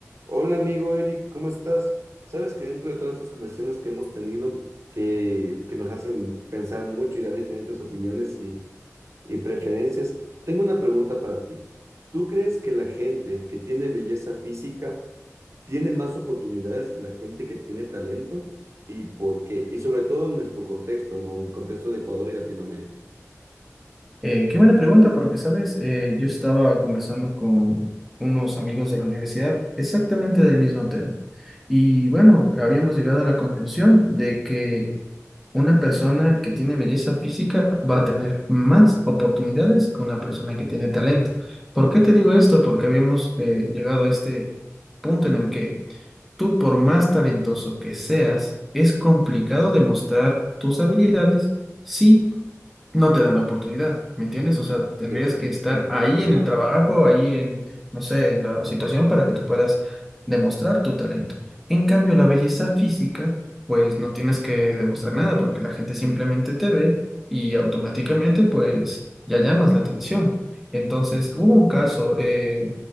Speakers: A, on the right; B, in the centre.
A: Hola amigo Eric, ¿cómo estás? Sabes que dentro de todas estas conversaciones que hemos tenido, que, que nos hacen pensar mucho y dar diferentes opiniones y, y preferencias, tengo una pregunta para ti. ¿Tú crees que la gente que tiene belleza física tiene más oportunidades que la gente que tiene talento? ¿Y por qué? Y sobre todo en nuestro contexto, ¿no? En el contexto de Ecuador y Latinoamérica.
B: Eh, qué buena pregunta, porque, sabes, Eh, yo estaba conversando con unos amigos de la universidad exactamente del mismo tema. Y bueno, habíamos llegado a la conclusión de que una persona que tiene belleza física va a tener más oportunidades que una persona que tiene talento. ¿Por qué te digo esto? Porque habíamos eh, llegado a este punto en el que tú, por más talentoso que seas, es complicado demostrar tus habilidades. si no te dan la oportunidad, ¿me entiendes? O sea, tendrías
A: Exacto,
B: que estar
A: perfecto.
B: ahí en
A: Ajá.
B: el trabajo, ahí en, no sé, en la situación para que tú puedas demostrar tu talento. En cambio, la belleza física, pues no tienes que demostrar nada porque la gente simplemente te ve y automáticamente, pues ya llamas la atención. Entonces, hubo un caso eh,